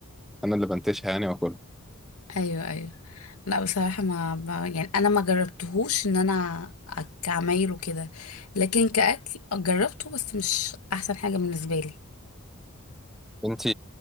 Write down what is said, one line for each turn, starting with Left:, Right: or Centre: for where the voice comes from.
Centre: انا اللي بنتشها يعني واكلها
Left: ايوه ايوه لا بصراحه ما ما- يعني انا ما جربتهوش ان انا أك- كعمايل وكده لكن كاكل جربته بس مش احسن حاجه بالنسبه لي
Centre: انت